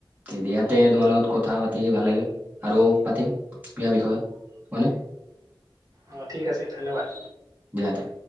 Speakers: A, on the right; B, on the right.
A: তে দিয়াতে তোমাৰ লগত কথা পাতি ভাল লাগিল আৰু পাতিম। ইয়াৰ বিষয়ত হয়নে?
B: অ ঠিক আছে ধন্যবাদ।
A: দিয়া দিয়া।